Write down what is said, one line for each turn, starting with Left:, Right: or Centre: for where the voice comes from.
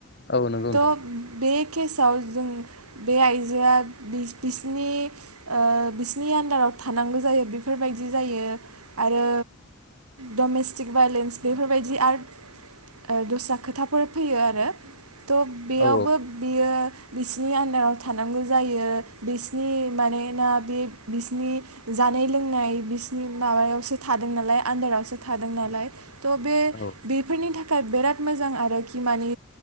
Left: औ नंगौ नोंथां
Right: थ बे केसआव जों बे आइजोआ बि बिसिनि ओ बिसिनि आन्दाराव थानांगौ जायो बेफोरबायदि जायो आरो डमेस्टिक भायलेन्स बेफोरबायदि आरद ओ दस्रा खोथा फोर फैयो आरो थ' बेयावबो
Left: औ
Right: बियो बिसिनि आन्दाराव थानांगौ जायो बिसनि मानेना बे बिसिनि जानाय लों नाय बिसिनि माबायावसो थादों नालाय आन्दारावसो थादों ना लाइफ त' बे
Left: औ
Right: बेफोरनि थाख थाखाय बिराद मोजां आरो खि मानि